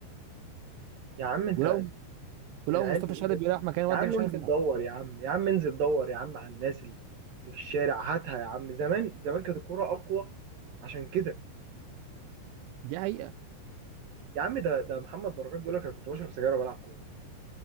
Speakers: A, on the right; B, on the right.
A: يا عم انت
B: ولو ولو
A: العيال
B: مصطفى
A: دي
B: شلبي
A: ايه بس
B: راح مكان الواد
A: يا عم
B: ده مش
A: انزل
B: عارف يلعب
A: دور يا عم يا عم انزل دور يا عم على الناس اللي اللي في الشارع هاتها يا عم زمان زمان كانت الكوره اقوى عشان كده
B: دي حقيقه
A: يا عم ده ده محمد بركات بيقول لك انا كنت بشرب سجاير وبلعب كوره